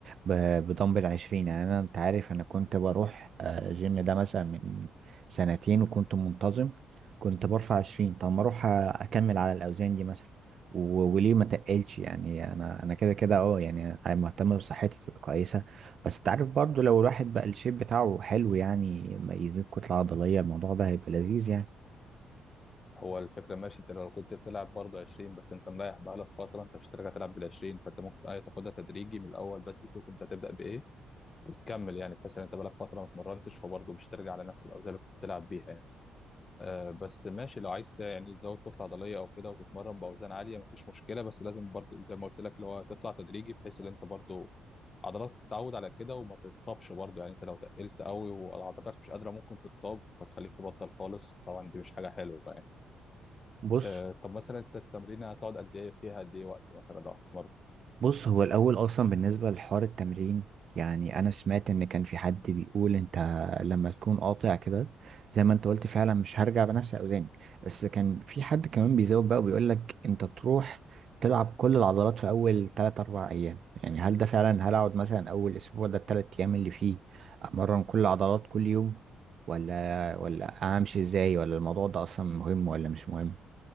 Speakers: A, on the right; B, on the left.
A: ب- بدمبل 20 يعني انا انت عارف انا كنت بروح آه، جيم ده مثلا من سنتين وكنت منتظم كنت برفع 20 طب ما اروح آه، اكمل على الاوزان دي مثلا و- وليه ما تقلش يعني انا انا كده كده اه يعني مهتم بصحتي تبقى كويسه بس تعرف برضو لو الواحد بقى الشيب بتاعه حلو يعني ما يزيد كتله عضليه الموضوع ده هيبقى لذيذ يعني
B: هو الفكره ماشي انت لو كنت بتلعب برضه 20 بس انت مريح بقالك فتره انت مش هترجع تلعب بال 20 فانت ممكن ايه تاخدها تدريجي من الاول بس تشوف انت تبدا بايه وتكمل يعني بحيث ان انت بقالك فتره ما اتمرنتش فبرضه مش هترجع على نفس الاوزان اللي كنت بتلعب بيها يعني آه بس ماشي لو عايز ت- يعني تزود كتله عضليه او كده وتتمرن باوزان عاليه مفيش مشكله بس لازم برضه زي ما قلت لك اللي هو تطلع تدريجي بحيث ان انت برضه عضلاتك تتعود على كده وما تتصابش برضه يعني انت لو تقلت قوي وعضلاتك مش قادره ممكن تتصاب فتخليك تبطل خالص طبعا دي مش حاجه حلوه يعني
A: بص
B: آه طب مثلا انت التمرين هتقعد قد ايه فيها قد ايه وقت مثلا لو هتتمرن
A: بص هو الأول أصلا بالنسبة لحوار التمرين يعني أنا سمعت إن كان في حد بيقول أنت لما تكون قاطع كده زي ما أنت قلت فعلا مش هرجع بنفس أوزاني بس كان في حد كمان بيزود بقى وبيقول لك أنت تروح تلعب كل العضلات في أول تلات أربع أيام يعني هل ده فعلا هل أقعد مثلا أول أسبوع ده التلات أيام اللي فيه أمرن كل العضلات كل يوم ولا ولا أمشي إزاي ولا الموضوع ده أصلا مهم ولا مش مهم